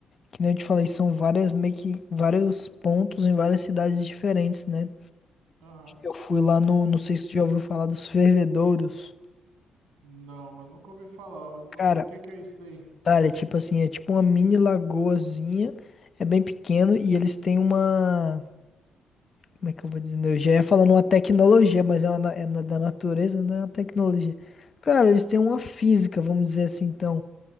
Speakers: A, on the left; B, on the right.
A: que nem eu te falei, são várias, meio que vários pontos em várias cidades diferentes, né?
B: Aham.
A: Eu fui lá no, não sei se tu já ouviu falar dos fervedouros.
B: Não, mas nunca ouvi falar. O,
A: Cara,
B: o que que é isso daí?
A: cara, é tipo assim, é tipo uma mini lagoazinha, é bem pequeno e eles têm uma Como é que eu vou dizer? Eu já ia falando uma tecnologia, mas é, uma, na- é na- da natureza, não é uma tecnologia. Cara, eles têm
B: Ah.
A: uma física, vamos dizer assim, então.